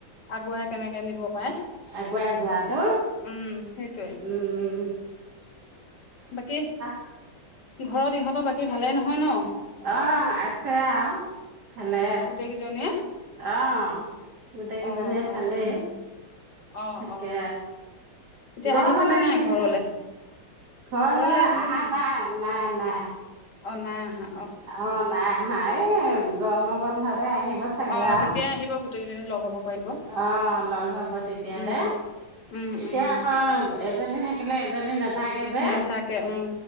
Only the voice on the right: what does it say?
আগুৱাই যোৱাটো
উম
<unintelligible>
অ আছে আহ ভালে
আহ গোটেই কেইজনীয়ে
ভালেই।
তাকে
গৰমতে
কিন
হ ঘৰ
লৈ
আহা
নাই নাই নাই
অ নাই হা এই গৰম বন্ধতে আহিব চাগৈ
আৰু।
অ লগ হব তেতিয়াতে
এতিয়া
আকৌ এজনী থাকিলে এজনী নাথাকে যে